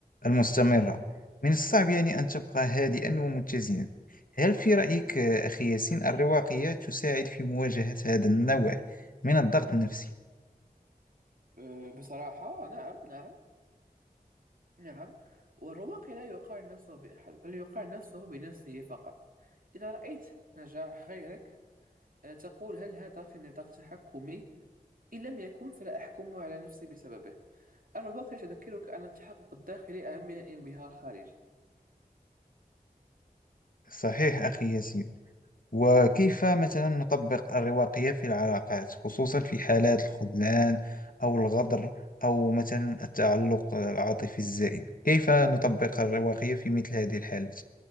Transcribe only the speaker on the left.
المستمرة من الصعب يعني أن تبقى هادئا ومتزنا هل في رأيك آه، أخي ياسين الرواقية تساعد في مواجهة هذا النوع من الضغط النفسي؟
صحيح أخي ياسين وكيف مثلا نطبق الرواقية في العلاقات خصوصا في حالات الخذلان أو الغدر أو مثلا التعلق العاطفي الزائد كيف نطبق الرواقية في مثل هذه الحالات؟